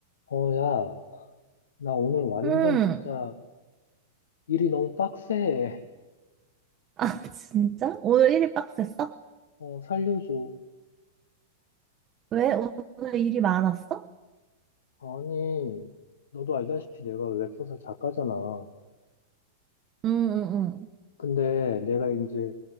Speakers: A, on the left; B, on the right.
A: 어, 야, 나 오늘 완전
B: 응.
A: 진짜 일이 너무 빡세.
B: 아, <laughs> 진짜? 오늘 일이 빡셌어?
A: 어, 살려줘.
B: 왜? 오늘 일이 많았어?
A: 아니, 너도 알다시피 내가 웹소설 작가잖아.
B: 응, 응,
A: 근데 내가 이제,